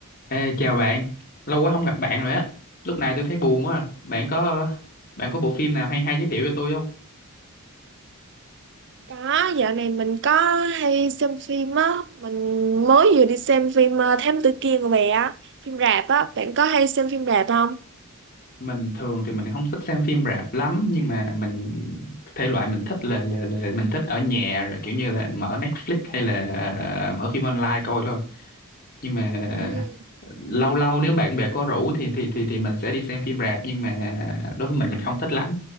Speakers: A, on the left (about 45°); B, on the right (about 55°).
A: Ê, chào bạn, lâu quá không gặp bạn rồi á. Lúc này tôi thấy buồn quá à. Bạn có bạn có bộ phim nào hay hay giới thiệu cho tôi không?
B: Có, dạo này mình có hay xem phim á, mình mới vừa đi xem phim ờ, Thám Tử Kiên của bé á, phim rạp á, bạn có hay xem phim rạp không?
A: Mình thường thì mình không thích xem phim rạp lắm nhưng mà mình thể loại mình thích là, là, là mình thích ở nhà rồi kiểu như là mở Netflix hay là à, mở phim online coi thôi. Nhưng mà
B: Ừ.
A: lâu lâu nếu bạn bè có rủ thì thì thì thì mình sẽ đi xem phim rạp nhưng mà đối với mình mình không thích lắm.